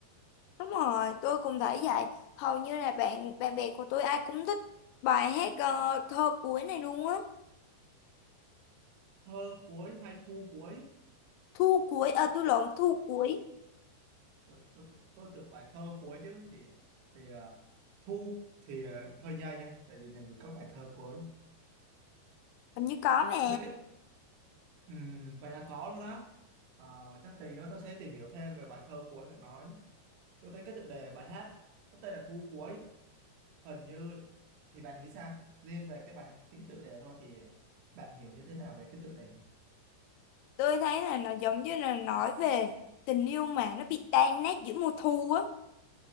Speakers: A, on the left (about 80°); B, on the right (about 75°).
A: đúng rồi tôi cũng thấy vậy hầu như là bạn bạn bè của tôi ai cũng thích bài hát ờ, thơ cuối này luôn á
B: thơ cuối hay thu cuối
A: thu cuối ờ tôi lộn thu cuối
B: tôi tôi tôi tưởng bài thơ cuối chứ thì thì ờ, thu thì ờ, hơi nhây nha tại vì làm gì có bài thơ cuối
A: hình như có mà
B: tôi thấy cái ừm, vậy là có luôn á Ờ, chắc tí nữa tôi sẽ tìm hiểu thêm về bài thơ cuối bạn nói tôi thấy cái tựa đề bài hát có tên là thu cuối hình như thì bạn nghĩ sao liên về cái bài cái tựa đề thôi thì bạn hiểu như thế nào về cái tựa đề này
A: tôi thấy là nó giống như là nói về tình yêu mà nó bị tan nát giữa mùa thu á